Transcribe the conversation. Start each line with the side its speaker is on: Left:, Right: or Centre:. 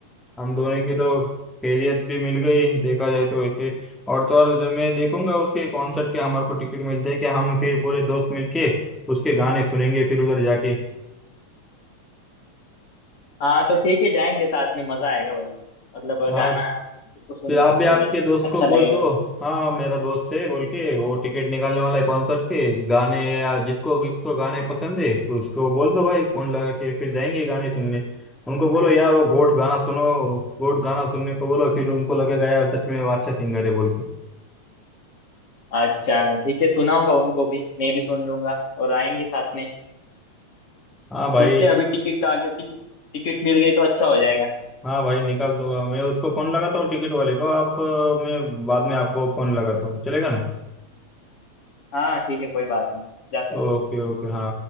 Centre: हम दोनों की तो खैरियत भी मिल गई देखा जाए तो वैसे और तो और जब मैं देखूंगा उसके कॉन्सर्ट के हमारे को टिकट मिलते हैं कि हम फिर पूरे दोस्त मिलके उसके गाने सुनेंगे फिर उधर जाके
Left: हाँ, तो ठीक है जाएंगे साथ में मजा आएगा भाई मतलब
Centre: हाँ
Left: गाना किसको सुनना
Centre: फिर आप
Left: पसंद
Centre: भी आपके
Left: है
Centre: दोस्त
Left: अच्छा
Centre: को बोल
Left: लगेगा
Centre: दो हाँ मेरा दोस्त है बोल के वो टिकट निकालने वाला है कॉन्सर्ट के गाने या जिसको किसको गाने पसंद है फिर उसको बोल दो भाई फोन लगा के फिर जाएंगे गाने सुनने उनको बोलो यार वो गोट गाना सुनो गोट गाना सुनने को बोलो फिर उनको लगेगा यार सच में वो अच्छा सिंगर है बोल के
Left: अच्छा ठीक है सुनाऊंगा उनको भी मैं भी सुन लूंगा और आएंगे साथ में
Centre: हाँ भाई
Left: देखते हैं अभी टिकट का अगर टिकट टिकट मिल गई तो अच्छा हो जाएगा
Centre: हाँ भाई निकाल दूंगा मैं उसको फोन लगाता हूँ टिकट वाले को आप अ, मैं बाद में आपको फोन लगाता हूँ चलेगा ना
Left: हाँ ठीक है कोई बात नहीं जा सकते
Centre: ओके ओके हाँ